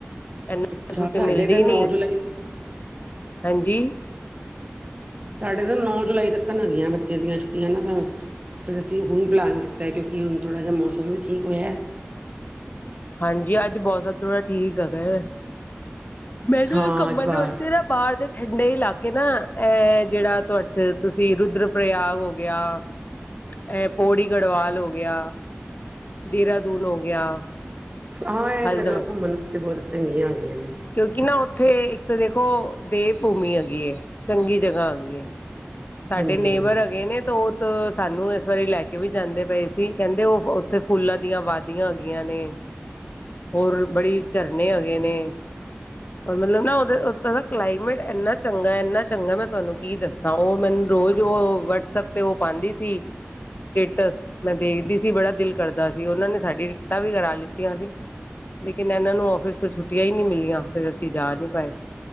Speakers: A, on the left; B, on the right.
A: ਇਨਾ
B: ਅੱਛਾ
A: ਛੁੱਟੀ
B: ਸਾਡੇ
A: ਮਿਲਦੀ
B: ਤਾਂ ਨੌ
A: ਨੀ
B: ਜੁਲਾਈ
A: ਹਾਂਜੀ
B: ਸਾਡੇ ਤਾਂ ਨੌ ਜੁਲਾਈ ਤੱਕ ਹੈਗੀਆਂ ਬੱਚੇ ਦੀਆਂ ਛੁੱਟੀਆਂ ਨਾ ਤਾਂ ਫਿਰ ਅਸੀਂੁਣ ਪਲਾਨਨ ਕੀਤਾ ਕਿਉਂਕਿੁਣ ਥੋੜਾ ਜਿਹਾ ਮੌਮ ਵੀ ਠੀਕ ਹੋਇਆ
A: ਹਾਂਜੀ ਅੱਜ ਮੌਸਮ ਥੋੜਾ ਠੀਕ ਹੈਗਾ ਮੈਨੂੰ
B: ਹਾਂ
A: ਘੰਮਣ
B: ਇਸ ਬਾਰ
A: ਵਾਸਤੇ ਨਾ ਬਾਹਰ ਦੇ ਠੰਡੇ ਇਲਾਕੇ ਨਾ ਇਹ ਜਿਹੜਾ ਤੁਹਾਡੇ ਤੁਸੀਂ ਰੁਦ ਪ੍ਰਯਾਗ ਹੋ ਗਿਆ। <inaudible>
B: ਹਾਂ ਇਹ
A: ਹਲਦਵਾ
B: ਜਗ੍ਹਾ ਘੁੰਮਣ ਵਾਸਤੇ ਬਹੁਤ ਚੰਗੀਆਂ ਆਗਈਆਂ ਨੇ।
A: ਕਿਉਂਕਿ ਨਾ ਉੱਥੇ ਇੱਕ ਤਾਂ ਦੇਖੋ ਦੇਵ ਭੂਮੀ ਹੈਗੀ ਚੰਗੀ ਜਗ੍ਹਾ ਹੈਗੀ ਹੈ। ਸਾਡੇ
B: ਹਾਂਜੀ
A: ਨੇਬਰ
B: ਹਾਂਜੀ
A: ਹੈਗੇ ਨੇ ਤੇ ਉਹ ਤਾਂ ਸਾਨੂੰ ਇਸ ਵਾਰੀ ਲੈ ਕੇ ਵੀ ਜਾਂਦੇ ਪਏ ਸੀ ਕਹਿੰਦੇ ਉਹ ਉੱਥੇ ਫੁੱਲਾਂ ਦੀਆਂ ਆਬਾਦੀਆਂ ਹੈਗੀਆਂ ਨੇ ਹੋਰ ਬੜੀ ਝਰਨੇ ਹੈਗੇ ਨੇ। ਮਤਲਬ ਨਾ ਉਹਦੇ ਉੱ ਦਾ ਕਲਾਈਮੇਟ ਇੰਨਾ ਚੰਗਾ ਇੰਨਾ ਚੰਗਾ ਮੈਂ ਤੁਹਾਨੂੰ ਕੀ ਦੱਸਾਂ ਉਹ ਮੈਨੂੰ ਰੋਜ਼ ਉਹ ਵਟਸਐਪ ਤੇ ਉਹ ਪਾਉਦੀ ਸੀ ਸਟੇਟਸ ਮੈਂ ਦੇਖਦੀ ਸੀ ਬੜਾ ਦਿਲ ਕਰਦਾ ਸੀ ਉਹਨਾਂ ਨੇ ਸਾਡੀ ਟਿਕਟਾਂ ਵੀ ਕਰਾ ਲਿੱਤੀਆਂ ਸੀ। ਕਿਨਾ ਇਹਨਾਂ ਨੂੰ ਆਫਿਸ ਤੋਂ ਛੁੱਟੀਆਂ ਹੀ ਨਹੀਂ ਮਿਲੀਆਂ ਫੇਰ ਅਸੀਂ ਜਾ ਨਹੀਂ ਪਾਏ